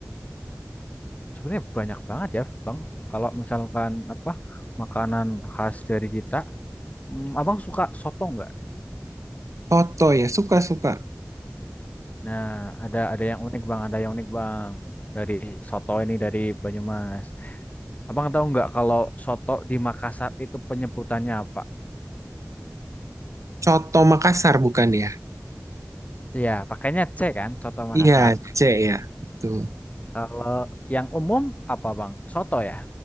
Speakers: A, on the left; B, on the right.
A: Sebenarnya banyak banget ya Bang. Kalau misalkan apa makanan khas dari kita, Hmm, Abang suka soto nggak?
B: Coto ya, suka-suka.
A: Nah, ada ada yang unik Bang, ada yang unik Bang dari soto ini dari Banyumas. Abang tahu nggak kalau soto di Makassar itu penyebutannya apa?
B: Coto Makassar bukan ya?
A: Iya, pakainya C kan, soto Makassar.
B: Iya, C ya. Betul.
A: Kalau yang umum apa Bang? Soto ya.